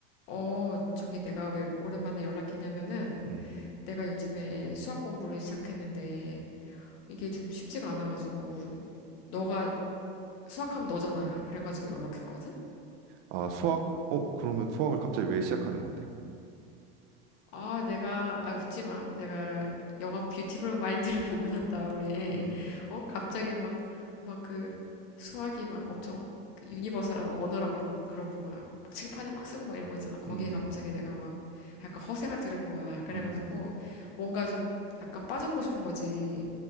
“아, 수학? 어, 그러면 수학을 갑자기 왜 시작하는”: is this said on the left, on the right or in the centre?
Right